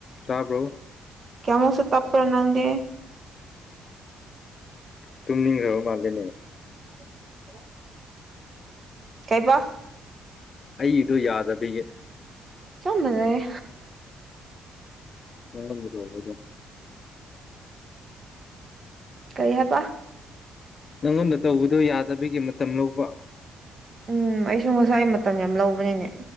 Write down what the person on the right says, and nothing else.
ꯀꯦꯃꯣꯁꯨ ꯇꯞꯔꯣ ꯅꯪꯗꯤꯦ
l. ꯀꯥꯏ ꯄ
ꯆꯃ ꯂꯩꯦ
ꯀꯔꯤ ꯍꯥꯏꯕ
ꯎꯝ ꯑꯩꯁꯨ ꯉꯁꯥꯏ ꯃꯇꯝ ꯌꯥꯝ ꯂꯧꯕꯅꯤꯅꯦ